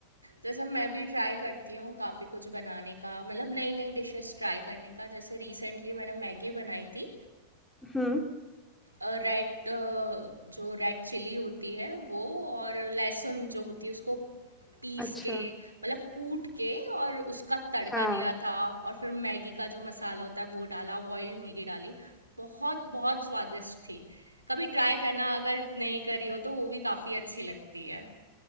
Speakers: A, on the right; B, in the centre.
A: जैसे मैं भी ट्राई करती हूँ काफ़ी कुछ बनाने का मतलब नई नई डिशेस ट्राई करने का जैसे रिसेंटली मैंने मैगी बनाई थी
B: हम्म
A: रेड जो रेड चिली होती है वो और लहसुन जो होती है उसको पीस
B: अच्छा
A: के मतलब कूट के और उसका तड़का
B: हाँ
A: दिया था और फिर मैगी का जो मसाला होता है वो डाला बॉइल्ड मैगी डाली बहुत बहुत स्वादिष्ट थी कभी ट्राई करना अगर नहीं करी हो तो वो भी काफ़ी अच्छी लगती है